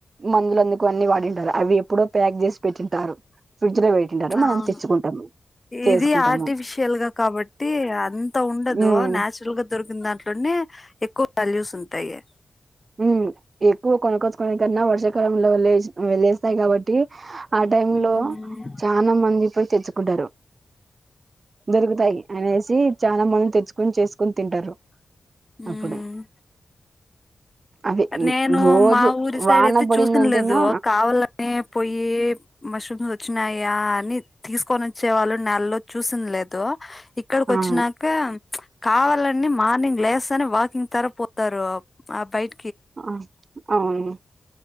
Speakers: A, on the right; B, on the left.
A: మందులుందుకు అన్ని వాడింటారు అవి ఎప్పుడో ప్యాక్ చేసి పెట్టింటారు ఫ్రిడ్జ్ లో పెట్టింటారు మనం
B: అవును
A: తెచ్చుకుంటాము చేసుకుంటాము
B: ఇది ఆర్టిఫిషియల్ గా కాబట్టి అంత ఉండదు
A: ఉమ్
B: నాచురల్ గా దొరికిన దాంట్లోనే ఎక్కువ తాలూ సనతాయియ
A: హ్మ్మ్ ఎక్కువ కొనక్కోచ్చుకునే కన్నా వర్షాకాలంలో వె వెళ్లేస్తాయి కాబట్టి ఆ టై
B: ఉమ్
A: లో చనాా మంది పోయి తెచ్చుకుంటారు దొరుకుతాయి అనేసి చాలా మంది తెచ్చుకుొని చేసుకుని తింటారు
B: హ్మ్మ్
A: అప్పుడు అవి
B: నేను
A: రోజు
B: మా ఊరి సైడ్
A: వాన
B: అయితే
A: పడిందంటేనా
B: చూసినలేదు కావాలని పోయి మష్రూమ్స్ వచ్చినాయా అని తీసుకొని వచ్చే వాళ్ళు నెలలో చూసిిన లేదు ఇక్కడికి
A: అవును
B: వచ్చాక కావాలని మార్నింగ్ లేస్తానే అని వాకింగ్ తర పోతారు ఆ బయట
A: ఆ అవును